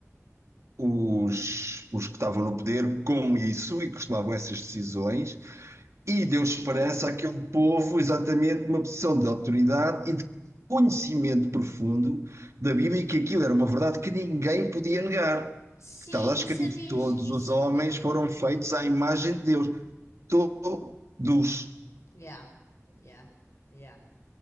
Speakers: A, on the right; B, on the left.
A: os, os que estavam no poder com isso e costumavam essas decisões e deu esperança
B: uhum.
A: àquele povo exatamente numa posição de autoridade e de conhecimento profundo da Bíblia e que aquilo era uma verdade que ninguém podia negar.
B: Sim,
A: Que está lá escrito:
B: e sabias
A: todos
B: que
A: os
B: isso
A: homens
B: foi?
A: foram
B: Yeah,
A: feitos à imagem de Deus todos.
B: yeah, yeah, yeah.